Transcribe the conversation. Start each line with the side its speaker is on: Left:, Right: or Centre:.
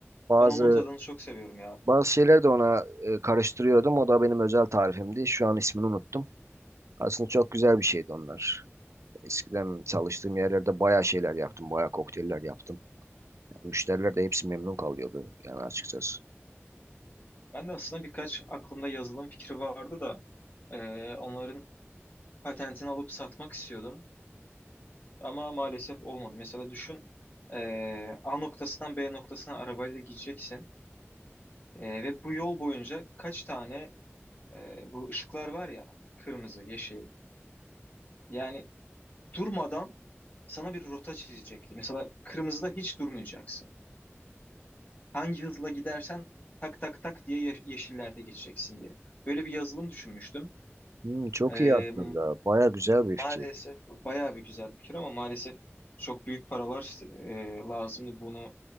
Right: Bazı
Left: Ben onun tadını çok seviyorum ya.
Right: bazı şeyler de ona e, karıştırıyordum. O da benim özel tarifimdi. Şu an ismini unuttum. Aslında çok güzel bir şeydi onlar. Eskiden çalıştığım yerlerde bayağı şeyler yaptım. Bayağı kokteyller yaptım. Yani müşteriler de hepsi memnun kalıyordu yani açıkçası.
Left: Ben de aslında birkaç aklımda yazılım fikri vardı da e, onların patentini alıp satmak istiyordum. Ama maalesef olmadı. Mesela düşün e, A noktasından B noktasına arabayla gideceksin. E, ve bu yol boyunca kaç tane e, bu ışıklar var ya kırmızı, yeşil. Yani durmadan sana bir rota çizecekti. Mesela kırmızıda hiç durmayacaksın. hangi hızla gidersen tak tak tak diye ye- yeşillerde geçeceksin diye. Böyle bir yazılım düşünmüştüm.
Right: Hmm, çok
Left: Ee,
Right: iyi aslında. Bayağı güzel bir fikir.
Left: maalesef bayağı bir güzel bir fikir ama maalesef çok büyük paralar e, lazımdı bunu